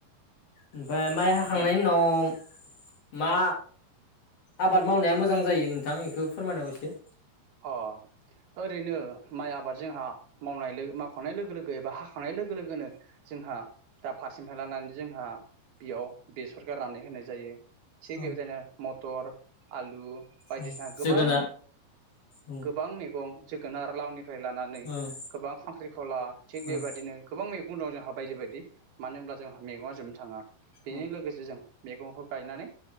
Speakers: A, on the left; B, on the right.
A: ओमफ्राय माइ हाखांनायनि
B: नोंथ
A: उनाव मा आबाद मावनाया मोजां जायो नोंथां एखौ फोरमायनांगौ एसे।
B: अ ओरैनो माइ आबाद जोंहा मावनाय मावखांनाय लोगो लोगो एबा हाखांनाय लोगो लोगोनो जोंहा दा फारसेनिफ्राय लानानै जोंहा बेयाव बेसर गारनानै होनाय जायो, थिग
A: औ
B: बेबायदिनो म टर।, आलु, बायदिसिना
A: औ
B: गोबां
A: जोगोनार उम
B: गोबां मै गं जोगोनार आरो लावनि लानानै
A: उम
B: गोबां खांख्रिखला थिग बेबदिनो
A: उम
B: गोबां मै उनाव जों हा बायदि बायदि मानो होनब्ला जोंहा मेगंआ जोबनो था थाङा। बेजों
A: उम
B: लोगोसे जों मैगंखौ गायनानै